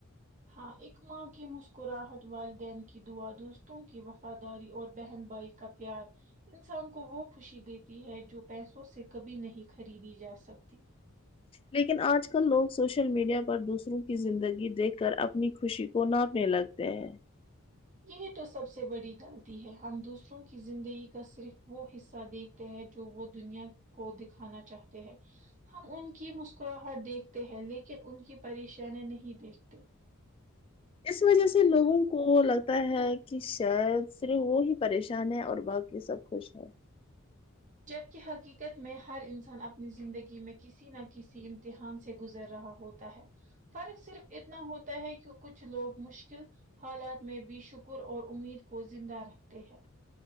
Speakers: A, on the right; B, on the left.
A: ہاں اک ماں کی مسکراہٹ والدین کی دعا دوستوں کی وفاداری اور بہن بھائی کا پیار انسان کو وہ خوشی دیتی ہے جو پیسوں سے کبھی نہیں خریدی جاسکتی
B: لیکن آج کل لوگ سوشل میڈیا پر دوسروں کی زندگی دیکھ کر اپنی خوشی کو ناپنے لگ تے ہیں
A: یہی تو سب سے بڑی غلطی ہے ہم دوسروں کی زندگی کا صرف وہ حصہ دیکھ تے ہیں جو وہ دنیا کو دکھانا چاہتے ہیں ہم ان کی مسکراہٹ دیکھتے ہیں لیکن ان کی پریشانی نہیں دیکھتے
B: اس وجہ سے لوگوں کو لگتا ہے کی شاید صرف وہ ہی پریشان ہے اور باق کے سب خوش ہے
A: جب کہ حقیقت میں ہر انسان اپنی زندگی میں کسی نہ کسی امتحان سے گزر رہا ہو تا ہے فرق صرف اتنا ہوتا ہے کہ کچھ لوگ مشکل حالات میں بھی شکر اور امید کو زندہ رکھتے ہیں